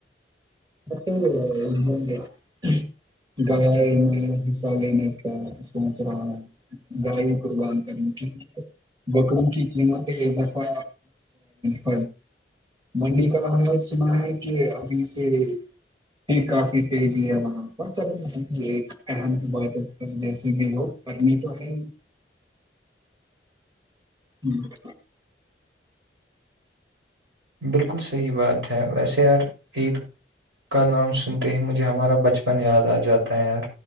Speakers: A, on the right (about 25°); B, on the right (about 85°).
A: مے گائے میں حصہ لینے کا سوچ رہا ہوں گائے قربان کرنی ٹھیک ہے بکر کچلی م یہا فا ف منڈی کا انظ سنا ہے کہ ابھی سے یہ کافی تیزی ہے وہاں پر چلو م ایک ام کی بت جیسی بھی ہو پمی تو ہے ہاں
B: بالکل صحیح بات ہے ویسے یار عید کا نام سنتے ہی مجھے ہمارا بچپن یاد آ جاتا ہے یار